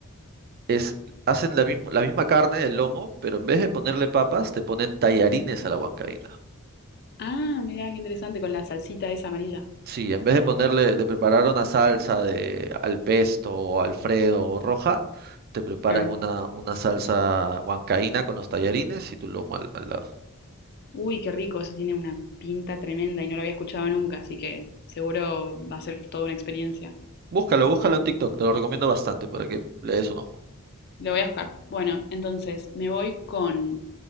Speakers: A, on the right; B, on the left.
A: es, hacen la misma, la misma carne, el lomo, pero en vez de ponerle papas, te ponen tallarines a la huancaína.
B: Ah, mirá, qué interesante, con la salsita esa amarilla.
A: Sí, en vez de ponerle, de preparar una salsa de al pesto o alfredo o roja, te preparan
B: Claro.
A: una, una salsa huancaína con los tallarines y tu lomo al, al lado.
B: Uy, qué rico, eso tiene una pinta tremenda y no lo había escuchado nunca, así que seguro va a ser toda una experiencia.
A: Búscalo, búscalo en TikTok, te lo recomiendo bastante para que le des un ojo.
B: Lo voy a buscar. Bueno, entonces me voy con